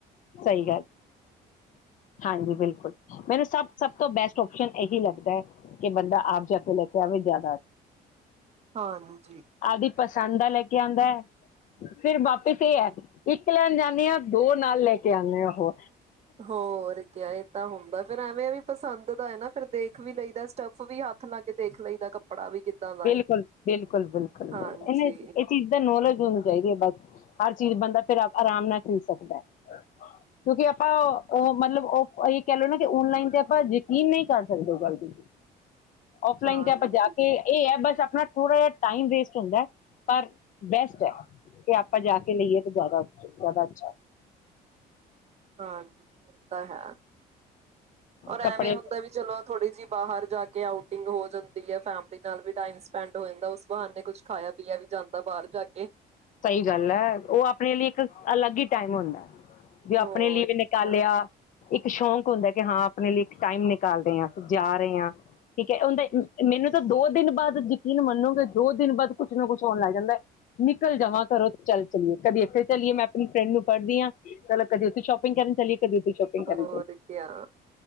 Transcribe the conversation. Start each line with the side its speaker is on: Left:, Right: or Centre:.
Left: ਸਹੀ ਗੱਲ ਹਾਂਜੀ ਬਿਲਕੁਲ ਮੈਨੂੰ ਸਭ ਸਭ ਤੋਂ ਬੈਸਟ ਆਪਸ਼ਨ ਇਹੀ ਲੱਗਦਾ ਹੈ ਕਿ ਬੰਦਾ ਆਪ ਜਾ ਕੇ ਲੈ ਕੇ ਆਵੇ ਜਾਂ
Right: ਹਾਂਜੀ ਜੀ
Left: ਆਪਦੀ ਪਸੰਦ ਦਾ ਲੈ ਕੇ ਆਉਂਦਾ ਹੈ ਫਿਰ ਵਾਪਿਸ ਇਹ ਹੈ ਇੱਕ ਲੈਣ ਜਾਂਦੇ ਹਾਂ ਦੋ ਨਾਲ ਲੈ ਕੇ ਧਿਆਨ ਉਹਹ
Right: ਹੋ ਹੋਰਕੇ ਆਏ ਤਾਂ ਹੁੰਦਾ ਫੇਰ ਐਵੇਂ ਵੀ ਪਸੰਦ ਦਾ ਹੈ ਨਾ ਫਰ ਦੇਖ ਵੀ ਲਈ ਦਾ ਸਟੱਫ ਵੀ ਹੱਥ ਲਾ ਕੇ ਦੇਖ ਲਈ ਦਾ ਕੱਪੜਾ ਵੀ ਕਿੱਦਾਂ ਦਾ
Left: ਬਿਲਕੁਲ
Right: ਏ
Left: ਬਿਲਕੁਲ ਬਿਲਕੁਲੁਲ
Right: ਹਾਂਜੀ
Left: ਇਹਨ ਇਹ ਚੀਜ਼ ਦਾ ਨੌਲੇਜ ਹੁੰ ਚਾਹੀ ਬਸ ਹਰ ਚੀਜ਼ ਬੰਦਾ ਫਿਰ ਆਰਾਮ ਨਾਲ ਖਰੀ ਸਕਦਾ ਕਿਉਂਕਿ ਆਪਾਂ ਉਹ ਮਤਲਬ ਉਹ ਇਹ ਕਹਿ ਲਓ ਨਾ ਕਿ ਓਨਲਾਈਨ ਤੇ ਆਪਾਂ ਯਕੀਨ ਨਹੀਂ ਕਰ ਸਕਦੇ ਜਲਦੀ ਔਫਲਾਈਨ
Right: ਹਾਂਜੀ
Left: ਤੇ ਆਪਾਂ ਜਾ ਕੇ ਬਸ ਆਪਣਾ ਥੋੜ੍ਹਾ ਜਿਹਾ ਟਾਈਮ ਵੇਸਟ ਹੁੰਦਾ ਪਰ ਬੈਸਟ ਹੈ ਕਿ ਆਪਾਂ ਜਾ ਕੇ ਲਈਏ ਤਾਂ ਜ਼ਿਆਦਾ ਜ਼ਿਆਦਾ ਅੱਛਾ
Right: ਹਾਂ ਤਾਂ ਹੈ ਐਰ ਐਵੇਂ
Left: ਕੱਪੜੇ
Right: ਹੁੰਦਾ ਵੀ ਚਲੋ ਥੋੜ੍ਹੀ ਜਿਹੀ ਬਾਹਰ ਜਾ ਕੇ ਆਊਟਿੰਗ ਹੋ ਜਾਂਦੀ ਫੈਮਲੀ ਨਾਲ ਵੀ ਟਾਈਮ ਪਿੰਡ ਹੋ ਜਾਂਦਾ ਉਸ ਬਹਾਨ ਨੇ ਕੁੱਛ ਖਾਇਆ ਪੀਆ ਵੀ ਜਾਂਦਾ ਬਾਹਰ ਜਾ ਕੇ
Left: ਸਹੀ ਗੱਲ ਹੈ ਉਹ ਆਪਣੇ ਲਈ ਇੱਕ ਅਲੱਗ ਹੀ ਟਾਈਮ ਹੁੰਦਾ ਵੀ ਆਪਣੇ
Right: ਹੋਰ
Left: ਲਈ
Right: ਕਿਆ,
Left: ਵੀ ਨਿਕਾਲਿਆ ਇੱਕ ਸ਼ੌਕ ਹੁੰਦਾ ਕਿ ਹਾਂ ਆਪਣੇ ਲਈ ਇੱਕ ਟਾਈਮ ਨਿਕਾਲ ਰਹੇ ਹ ਅਸੀਂ ਜਾ ਰਹੇ ਹਾਂ ਠੀਕ ਹੈ ਉਹਦਾ ਮੈਨੂੰ ਤਾਂ ਦੋ ਦਿਨ ਬਾਅਦ ਯਕੀਨ ਮੰਨੋਗੇ ਦੋ ਦਿਨ ਬਾਅਦ ਕੁਛ ਨਾ ਕੁਛ ਹੋਣ ਲੱਗ ਜਾਂਦਾ ਜਮ੍ਹਾਂ ਕਰੋ ਚੱਲ ਚੱਲਏ ਕਦੀ ਇੱਥੇ ਚੱਲੀਏ ਮੈਂ ਆਪਣੀ ਫਰੈਂਡ ਨੂੰ ਪੜ੍ਹਦੀ ਹਾਂ ਚਲ ਕਦੇ ਉੱਥੇ ਸ਼ੋਪਿੰਗ ਕਰਨ ਚਲੀਏ ਬ ਸ਼ੋਪਿੰਗ ਕਰਨ
Right: ਹੋਰ ਕਿਆ